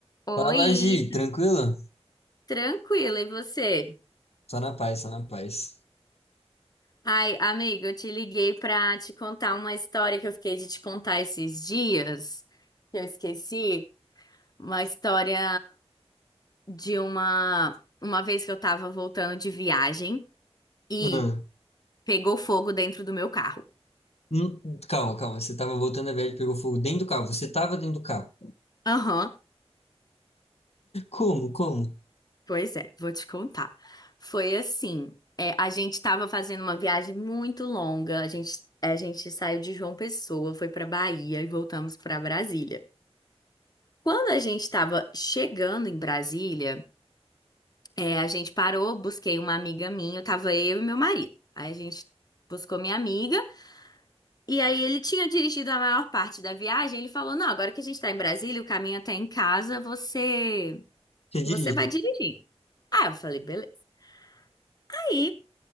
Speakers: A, on the left; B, on the left.
A: Oi,
B: Fala, Gi, tranquilo?
A: tranquila, e você?
B: Só na paz, só na paz.
A: Ai, amiga, eu te liguei pra te contar uma história que eu fiquei de te contar esses dias, que eu esqueci, uma história de uma uma vez que eu tava voltando de viagem e
B: Ah,
A: pegou fogo dentro do meu carro.
B: hum, calma, calma, você tava voltando a viagem e pegou fogo dentro do carro. Você tava dentro do carro.
A: Aham,
B: Como, como?
A: pois é, vou te contar. Foi assim, é, a gente tava fazendo uma viagem muito longa, a gente a gente saiu de João Pessoa, foi pra Bahia e voltamos pra Brasília. Quando a gente estava chegando em Brasília, é, a gente parou, busquei uma amiga minha, tava eu e meu marido. Aí a gente buscou minha amiga, e aí ele tinha dirigido a maior parte da viagem. Ele falou: Não, agora que a gente tá em Brasília, o caminho até em casa, você,
B: Você dirige?
A: você vai dirigir." Ah, eu falei: Beleza. Aí